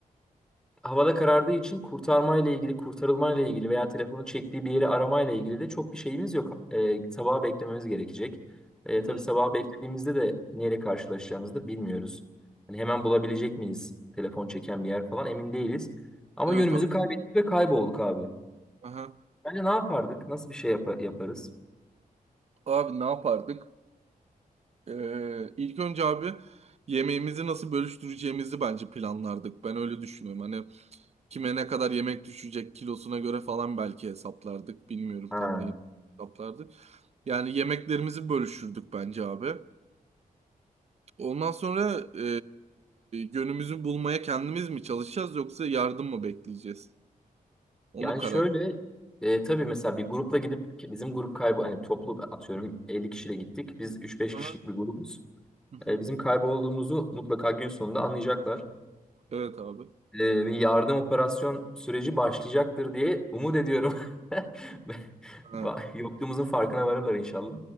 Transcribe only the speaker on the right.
Hı hı.
Evet
abi.
Aha.
Abi ne yapardık? Ee, ilk önce abi yemeğimizi nasıl bölüştüreceğimizi bence planlardık. Ben öyle düşünüyorum. Hani kime ne kadar yemek düşecek kilosuna göre falan belki hesaplardık. Bilmiyorum
tam ne hesaplardık. Yani yemeklerimizi bölüşürdük bence abi. Ondan sonra ee, yönümüzü bulmaya kendimiz mi çalışacağız yoksa yardım mı bekleyeceğiz? Onu
karar.
Aha,
hı hı.
Evet abi.
Ha.